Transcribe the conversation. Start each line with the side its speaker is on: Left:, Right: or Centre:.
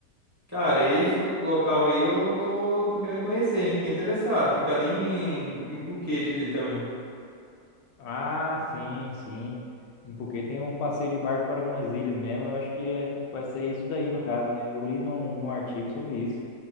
Right: Cara, esse lo- local aí eu tô, tô querendo conhecer, hein? Fiquei interessado. Fica ali em, em Phuket ali também,
Left: Ah, sim, sim. Em Phuket tem um passeio de barco para algumas ilhas mesmo. Eu acho que é- vai ser isso daí no caso, né? Eu li num, num artigo sobre isso.